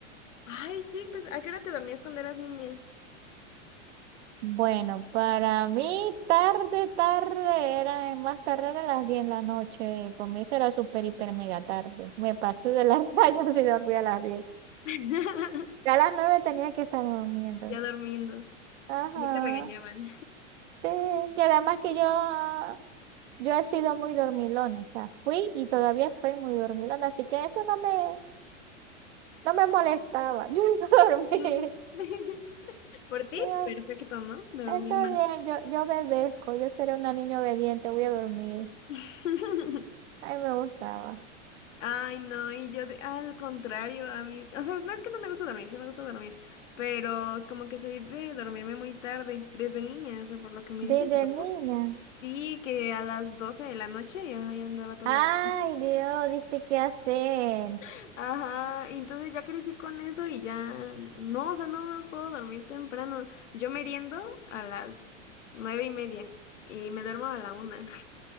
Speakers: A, on the left; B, on the right.
A: Ay, sí, pues ¿a qué hora te dormías cuando eras niña?
B: Bueno, para mí tarde, tarde, era eh, más tarde era las 10 de la noche. Para mí eso era súper, hiper, mega tarde. Me pasé de las <laughs> rayas y dormí a las 10.
A: <laughs>
B: Ya a las 9 tenía que estar durmiendo.
A: Ya durmiendo.
B: Ajá,
A: Y no te regañaban.
B: sí. Y además que yo, yo he sido muy dormilona, o sea, fui y todavía soy muy dormilona, así que eso no me, no me molestaba. <laughs> Yo iba a dormir.
A: Mm. <laughs> Por ti,
B: Yo,
A: perfecto, ¿no? Dormir
B: está
A: más.
B: bien, yo, yo obedezco, yo seré una niña obediente, voy a dormir.
A: <laughs>
B: Ay, me gustaba.
A: Ay, no, y yo de- al contrario, a mí, o sea, no es que no me gusta dormir, sí me gusta dormir, pero como que soy de dormirme muy tarde, desde niña, o sea, por lo que me dicen.
B: Desde niña.
A: Sí, que a las 12 de la noche yo ahí andaba todavía.
B: Ay, Dios, diste qué hacer.
A: <laughs> Ajá, y entonces ya crecí con eso y ya, no, o sea, no me puedo dormir temprano. Yo meriendo a las nueve y media y me duermo a la una.